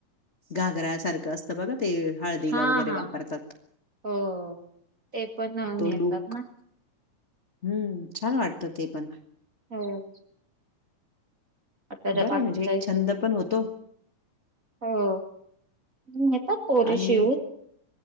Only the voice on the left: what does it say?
घागरा सारखं असतं बघा ते हळदीला
वगैरे
वापरतात,
तो
लूक.
हम्म छान वाटतं ते पण.
बरं
आहे म्हणजे एक छंद पण होतो
आणि